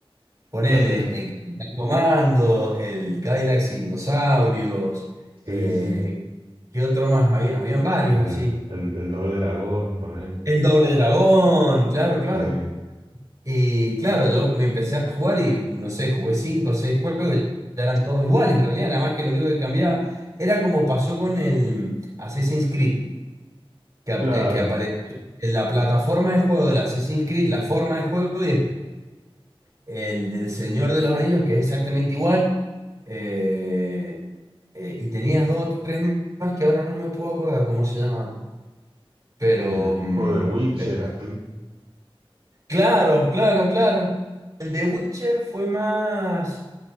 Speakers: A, on the right; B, on the right.
A: Ponele
B: Claro,
A: el Capitán Comando, el Cadillac y Dinosaurios,
B: sí,
A: eh,
B: sí.
A: ¿qué otro más había? Habían varios
B: El,
A: así.
B: el, el doble dragón, poner.
A: El Doble Dragón, claro, claro.
B: Sí,
A: Y claro, yo me empecé a jugar y no sé, jugué cinco o seis juegos, ya eran todos iguales en realidad, nada más que lo único que cambiaba era como pasó con el Assassin's Creed, que, ap-
B: claro.
A: eh, que apareció en la plataforma de juego del Assassin's Creed, la forma de juego y el del Señor de los Anillos, que es exactamente igual. eh, eh, y tenías dos o tres más que ahora no me puedo acordar cómo se llamaban. Pero,
B: eh, tipo
A: mm,
B: de Witcher,
A: pe-
B: así.
A: claro, claro, claro. El de Witcher fue más.